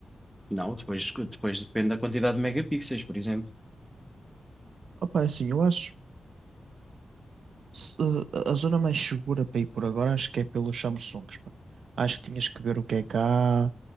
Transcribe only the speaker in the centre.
Não, depois, depois depende da quantidade de megapixels, por exemplo.